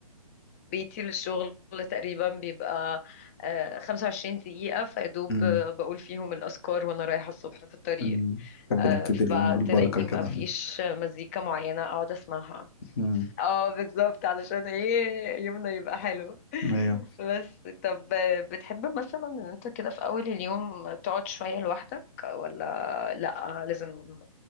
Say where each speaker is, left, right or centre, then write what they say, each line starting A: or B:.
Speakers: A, on the left; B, on the left.
A: بيتي للشغل تقريبا بيبقى آه، 25 دقيقة فيدوب
B: مم.
A: بقول فيهم الأذكار وأنا رايحة الصبح في الطريق
B: مم. نحب
A: آه،
B: نبتدي
A: فتلاقيني
B: اليوم بالبركة كده
A: ما فيش مزيكا معينة اقعد اسمعها
B: مم.
A: اه بالظبط علشان ايه يومنا يبقى حلو
B: أيوة
A: <laughs> بس طب آه، بتحب مثلا ان انت كده في اول اليوم تقعد شوية لوحدك ولا لا لازم